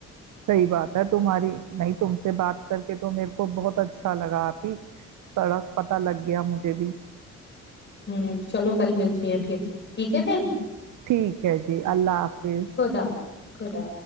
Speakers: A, on the right (about 80°); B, on the left (about 35°).
A: سحی بات ہے تمہاری نہیں تم سے بات کر کے تو میرے کو بہت اچھا لگا آپھی سڑک پ پتا لگ گیا مجھے بھی
B: ہ چلو کل ملتی ہیں پھر ٹھیک ہے پھر
A: ٹھیک ہے جی اللہ حافظ
B: خدا حافظ خدا